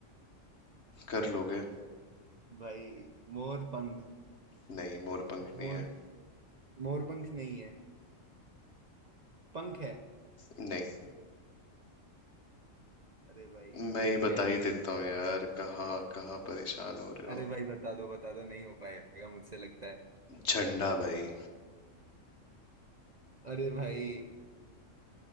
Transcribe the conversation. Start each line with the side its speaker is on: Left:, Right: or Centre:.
Left: कर लोगे
Right: भाई मोर पंख
Left: नहीं मोरपंख
Right: मोर
Left: नहीं है
Right: मोर पंख नहीं है पंख है
Left: नहीं
Right: अरे भाई
Left: मैं
Right: एक
Left: ही बता
Right: पेड़
Left: ही
Right: पे
Left: देता हूँ यार कहाँ कहाँ परेशान हो रहे हो
Right: अरे भाई बता दो बता दो नहीं हो पाएगा मुझसे लगता है
Left: झंडा भाई
Right: अरे भाई